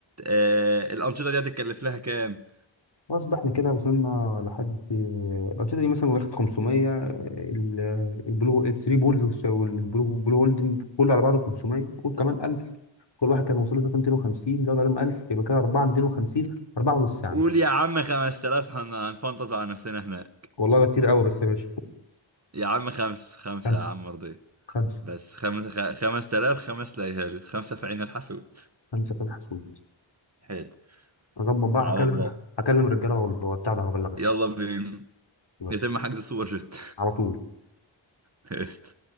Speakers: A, on the right; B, on the left.
A: آه الانشطة دي هتتكلف لها كام؟
B: خلاص بقى احنا كده وصلنا لحد الأنشطة دي مثلا واخد 500 ال- البلو الثري بولز والش- والبلو بلو هولدنج كله على بعضه 500 قول كمان 1000 كل واحد كان وصل له 250 زود عليهم 1000 يبقى كده 4 250 4 ونص يا عم
A: قول يا عم 5000 هن- هنفنطز على نفسنا هناك
B: والله ده كتير قوي بس ماشي
A: يا عم خمس خمسة
B: خمسة
A: يا عم مرضي
B: خمسة
A: بس خمس خ- 5000 خمس ليالي خمسة في عين الحسود
B: خمسة كان حسود
A: حلو
B: أظبط بقى
A: على
B: هكلم
A: الله
B: هكلم الرجالة وال- وبتاع ده وأبلغك
A: يلا بينا
B: يلا
A: يتم حجز السوبر جيت
B: على طول
A: <laughs> قشطة